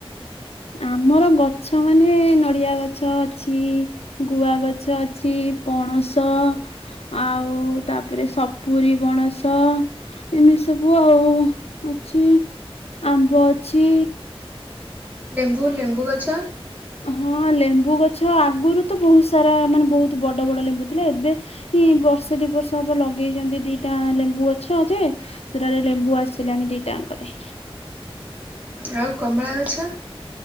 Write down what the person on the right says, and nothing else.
ଲେମ୍ବୁ ଲେମ୍ବୁ ଗଛ।
ଆଉ କମଳା ଗଛ?